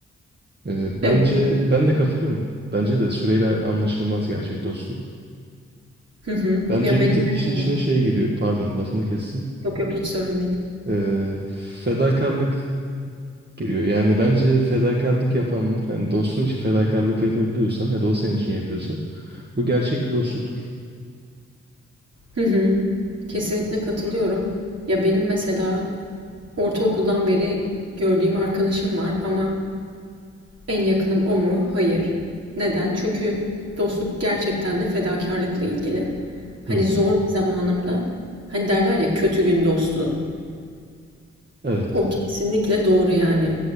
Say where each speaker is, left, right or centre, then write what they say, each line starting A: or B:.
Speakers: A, on the right; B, on the right.
A: Ee,
B: Evet.
A: bence ben de katılıyorum. Bence de süreyle anlaşılmaz gerçek dostluk.
B: Hı hı.
A: Bence
B: Ya benim
A: bir tık işin
B: mesela
A: içine şey giriyor. Pardon lafını kestim.
B: yok yok hiç sorun değil.
A: Ee, fedakarlık giriyor. Yani bence fedakarlık yapanlar, yani dostun için fedakarlık yapabiliyorsan ya da o senin için yapıyorsa bu gerçek bir dostluktur.
B: Hı hı. Kesinlikle katılıyorum. Ya benim mesela ortaokuldan beri gördüğüm arkadaşım var ama En yakınım o mu? Hayır. Neden? Çünkü dostluk gerçekten de fedakarlıkla ilgili. Hani
A: Hı hı.
B: zor bir zamanımda hani derler ya kötü gün dostu.
A: Evet,
B: O kesinlikle doğru yani.